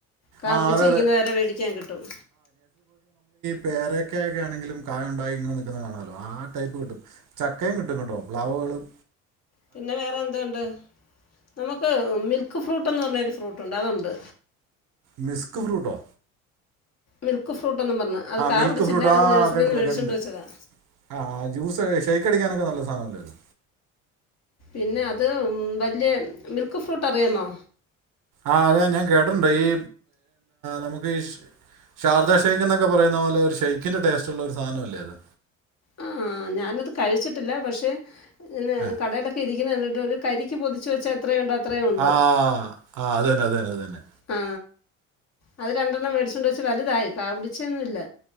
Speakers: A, on the left; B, on the right.
A: കാ
B: ആ
A: പിടിച്ചരിക്കുന്ന
B: അതെ അതെ
A: വരെ മേടിക്കാൻ കിട്ടും
B: പേരൊക്കെ ആണെങ്കിലും കായ ഉണ്ടായി ഇങ്ങനെ നിൽകുന്നത് കാണാ ആ ടൈപ്പ് കിട്ടും ചക്കയും കിട്ടും കേട്ടോ പ്ലവുകളും
A: പിന്നെ വേറെ എന്തണ്ട് നമുക്ക് മിൽക്ക് മിൽക്ക് ഫ്രൂട്ട്ന്ന് പറഞ്ഞൊരു ഫ്രൂട്ട് ഉണ്ട് അതുണ്ട്
B: മസ്ക് ഫ്രുട്ടൊ
A: മിൽക്ക് ഫ്രൂട്ട് എന്നും പറഞ്ഞഞ് അത് കാപിടിച്ചില്ല
B: മിൽക്ക്
A: അത് നഴ്സറിയിൽന്ന്
B: കേട്ടിട്ടുണ്ട്
A: വോടിച്ചൊണ്ട്
B: കേട്ടിട്ടുണ്ട്
A: വെച്ചതാ
B: ആഹ ആ ജ്യൂസ് ഷെയ്ക്ക് അടിക്കാനൊക്കെ നല്ല സാധനല്ലോത്
A: പിന്നെ അത് വലിയ മിൽക്ക് ഫ്രൂട്ട് അറിയാമോ
B: ആഹ അതെ ഞാൻ കേട്ടിട്ടുണ്ട് ഈ നമുക്ക് ഇഷ് ഷാർജ ഷെയ്ക്ക് എന്നൊക്കെ പറയുന്ന പോലെ ഒരു ഷെയ്ക്കിന്റെ ടേസ്റ്റ് ഉള്ള ഒരു സാധനം അല്ലേ അത്
A: ആ ഞാനത് കഴിച്ചിട്ടില്ല പക്ഷെ ഇങ്ങനെ
B: ഏഹ്
A: കടയിലൊക്കെ ഇരി രിക്കുന്ന കണ്ടിട്ട് ഒരു കരിക്ക് പൊതിച്ച വെച്ചാ എത്രയ ഉണ്ട <unintelligible> അത്രയും ഉണ്ട്
B: ആഹ് ആഹ് അത് തന്നെ അത് തന്നെ അത് തന്നെ
A: ആ അത് രണ്ടെണ്ണം വേടിച്ചു കൊണ്ട്‌ വെച്ചുവലുതായി കാപിടിച്ചൊന്നും ഇല്ല